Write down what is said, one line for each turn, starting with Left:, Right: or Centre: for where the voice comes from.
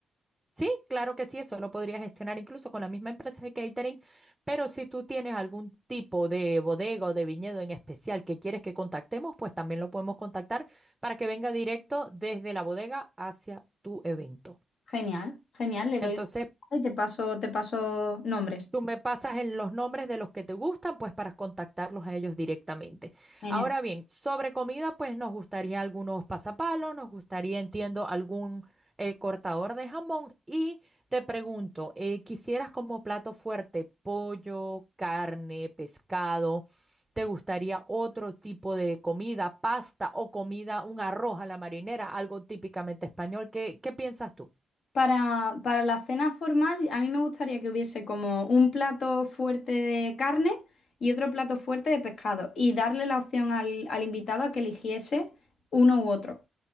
Right: Sí, claro que sí, eso lo podrías gestionar incluso con la misma empresa de catering, pero si tú tienes algún tipo de bodega o de viñedo en especial que quieres que contactemos, pues también lo podemos contactar para que venga directo desde la bodega hacia tu evento.
Left: Genial, genial, le
Right: Entonces,
Left: doy una y te paso, te paso nombres.
Right: Tú me pasas en los nombres de los que te gustan, pues para contactarlos a ellos directamente.
Left: Genial.
Right: Ahora bien, sobre comida, pues nos gustaría algunos pasapalos, nos gustaría, entiendo, algún eh, cortador de jamón. Y te pregunto, eh, ¿quisieras como plato fuerte pollo, carne, pescado? ¿Te gustaría otro tipo de comida, pasta o comida, un arroz a la marinera, algo típicamente español? ¿Qué, qué piensas tú?
Left: Para, para la cena formal, a mí me gustaría que hubiese como un plato fuerte de carne y otro plato fuerte de pescado y darle la opción al, al invitado a que eligiese uno u otro.